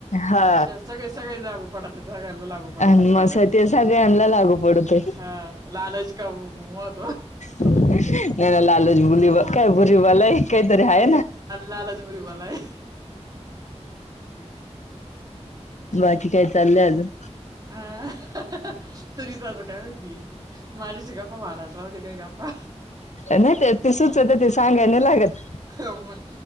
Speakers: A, on the left (about 85°); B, on the right (about 35°).
A: हा
B: अा श सगळे सगळे लागू पडत सगळ्यांला लागू पडत
A: आणि
B: तो
A: मग
B: प्रचार.
A: स ते सगळ्यांना लागू पडतोय
B: हा लालच का महत्व <unintelligible>
A: नाही ना लालच बुली काय बुरी बला हे काहीतरी आहे ना
B: लालाच बुरी बला है.
A: बाकी काय चाललंय अजून?
B: हा तरीच आस काय म्हणती. माझाशी गप्पा मारायला राहु दे काही गप्पा.
A: नाही ते ते सुचत ते सांगायला नाही लागत.
B: मग